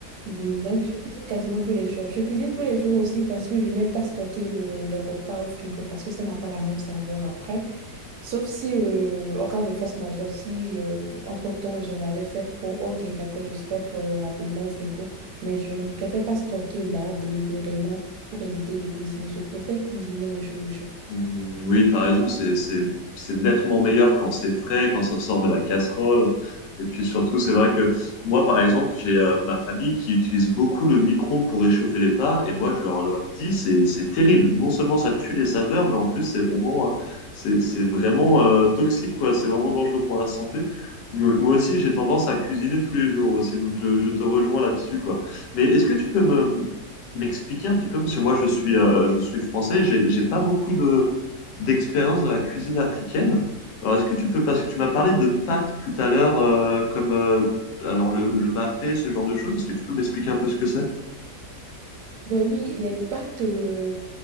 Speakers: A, on the right (about 75°); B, on the left (about 90°).
A: Donc, je cuisine quasiment tous les jours. Je cuisine tous les jours aussi parce que je n'aime pas stocker le- les repas au frigo parce que ça n'a pas la même saveur après. Sauf si, euh, en cas de force majeure, si euh, entre-temps j'en avais fait trop, ok, d'accord, je stocke euh, rapidement au frigo. Mais je ne préfère pas stocker là délibérément pour éviter de cuisiner. Je préfère cuisiner au jour le jour.
B: Mm, Oui, t'as raison, c'est, c'est, c'est nettement meilleur quand c'est frais, quand ça sort de la casserole. Et puis surtout, c'est vrai que moi, par exemple, j'ai euh, ma famille qui utilise beaucoup le micro-ondes pour réchauffer les plats. Et moi, je leur, leur dis, c'est, c'est terrible. Non seulement ça tue les saveurs, mais en plus, c'est vraiment, euh, c'est, c'est vraiment euh, toxique, quoi. C'est vraiment dangereux pour la santé. Donc moi aussi, j'ai tendance à cuisiner tous les jours aussi. Donc je, je te rejoins là-dessus, quoi. Mais est-ce que tu peux me, m'expliquer un petit peu, parce que moi je suis, euh, je suis français, j'ai, j'ai pas beaucoup de d'expérience dans la cuisine africaine. Alors est-ce que tu peux, parce que tu m'as parlé de pâtes tout à l'heure, euh, comme euh, alors le, le mafé, ce genre de choses, est-ce que tu peux m'expliquer un peu ce que c'est?
A: Ben oui, les pâtes, euh,